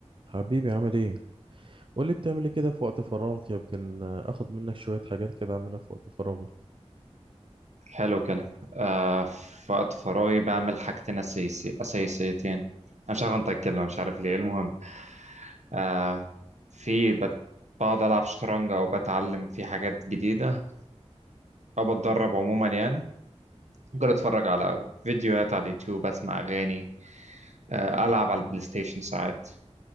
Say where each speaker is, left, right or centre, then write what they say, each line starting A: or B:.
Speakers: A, on the right; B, on the right.
A: حبيبي عامل ايه؟ قول لي بتعمل ايه كده في وقت فراغك يمكن اخد منك شوية حاجات كده اعملها في وقت فراغي
B: حلو كده آه في وقت فراغي بعمل حاجتين أساسي أساسيتين أنا مش عارف أنطق الكلمة مش عارف ليه المهم آه في بت... بقعد ألعب شطرنج أو بتعلم في حاجات جديدة أو بتدرب عموما يعني ممكن أتفرج على فيديوهات على اليوتيوب أسمع أغاني آه ألعب على البلاي ستيشن ساعات